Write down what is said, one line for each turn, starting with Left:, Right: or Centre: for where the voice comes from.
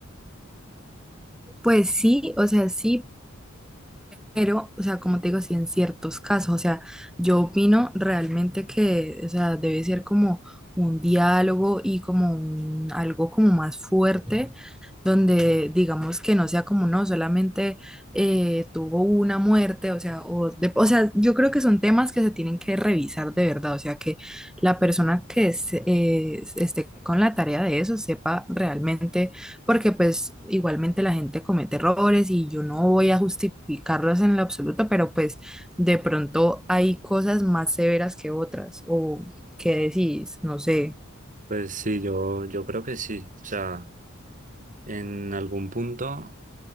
Centre: Pues sí, o sea, sí, Pero, o sea, como te digo, sí, en ciertos casos, o sea, yo opino realmente que, o sea, debe ser como un diálogo y como un- algo como más fuerte, donde digamos que no sea como, no, solamente eh, tuvo una muerte, o sea, o, de- o sea, yo creo que son temas que se tienen que revisar de verdad, o sea, que la persona que se- eh, esté con la tarea de eso sepa realmente porque pues igualmente la gente comete errores y yo no voy a justificarlos en lo absoluto, pero pues de pronto hay cosas más severas que otras, o qué decís, no sé.
Right: Pues sí, yo, yo creo que sí. O sea, en algún punto